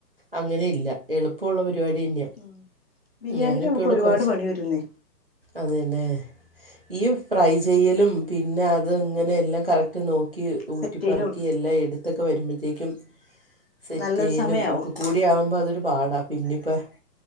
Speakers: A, on the right (about 35°); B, on the left (about 40°).
A: അങ്ങനെ ഇല്ല എളുപ്പവുള്ള പരിപാടി തന്നെയാ
B: ഉം ബിരിയാണിക്ക്
A: ഞാനിപ്പോൾ
B: നമുക്ക്
A: ഇവിടെ
B: ഒരുപാട്
A: കുറച്ച്
B: പണി വരുന്നേ
A: അതന്നെ ഇയ് ഫ്രൈ ചെയ്യലും പിന്നെ അത് ഇങ്ങനെ എല്ലാം കറക്റ്റ് നോക്കി ഈ ഊറ്റി
B: സെറ്റെയ്യലും
A: പറക്കി എല്ലാ എട്ത്താെക്കെ വരുമ്പത്തേക്കും സെറ്റെയ്യലും
B: നല്ലൊരു സമയാവും
A: ഒക്കെ കൂ കൂടി ആവുമ്പോ അതൊരു പാടാ പിന്നെ ഇപ്പം